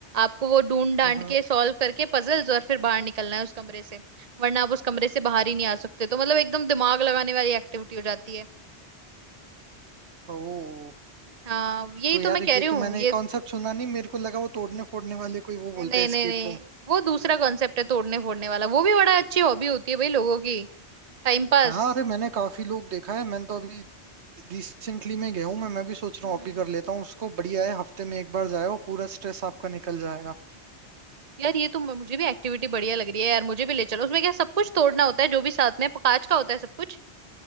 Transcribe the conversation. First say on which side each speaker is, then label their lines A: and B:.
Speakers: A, on the right (about 35°); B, on the right (about 75°).
A: आपको वो ढूंढ डांट
B: हम्म
A: के सॉल्व करके पजल्स और फिर बाहर निकलना है उस कमरे से वरना आप उस कमरे से बाहर ही नहीं आ सकते तो मतलब एकदम दिमाग लगाने वाली एक्टिविटी हो जाती है
B: ओ
A: हाँ यही
B: तो
A: तो
B: यार
A: मैं
B: ये
A: कह रही हूँ
B: तो मैंने
A: ये
B: कॉन्सेप्ट सुना नहीं मेरे को लगा वो तोड़ने फोड़ने वाले कोई वो बोलते
A: नहीं
B: हैं एस्केप
A: नहीं नहीं
B: रूम
A: वो दूसरा कॉन्सेप्ट है तोड़ने फोड़ने वाला वो भी बड़ा अच्छी हॉबी होती है भाई लोगों की टाइम पास
B: हाँ अरे मैंने काफी लोग देखा है मैंने तो अभी रिसेंटली में गया हूँ मैं मैं भी सोच रहा
A: हम्म
B: हूँ अभी कर लेता हूँ उसको बढ़िया है हफ्ते में एक बार जाओ पूरा स्ट्रेस आपका निकल जाएगा
A: यार ये तो म- मुझे भी एक्टिविटी बढ़िया लग रही है यार मुझे भी ले चलो उसमें क्या सब कुछ तोड़ना होता है जो भी साथ में कांच का होता है सब कुछ